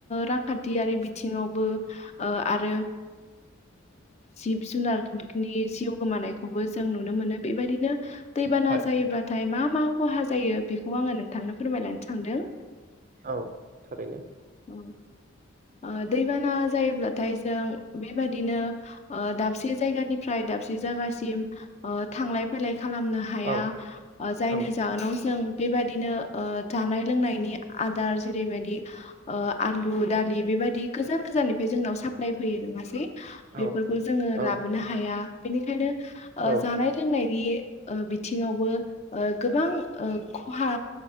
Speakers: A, on the left; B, on the right.
A: रांखान्थियारि बिथिङावबो आरो जिब जुनारनि जिउ गोमानायखौबो जों नुनो मोनो बेबायदिनो दैबाना
B: थारैनो
A: जायोब्लााथाय मा मा खहा जायो बेखौ आङो नोंथांनो फोरमायलानो सानदों
B: औ थारैनो
A: औ, ओ दैबाना जायोब्लाथाय जों बेबादिनो ओ दाबसे जायगानिफ्राय दाबसे जायगासिम ओ थांलाय फैलाय खालामनो हाया
B: औ
A: जायनि
B: औ
A: जाहोनाव जों बेबायदिनो जानाय लोंनायनि आदार जेरैबायाददि आलु दालि बेबायदि गोजान गोजाननिफ्राय जोंनाव साप्लााय फैयो नङासै? बेफोरखौ
B: औ
A: जोङो
B: औ
A: लाबोनो हाया। बेनिखायनो ओ
B: औ
A: जानाय लोंनाय नि ओ बिथिङावबो ओ गोबां ओ खहा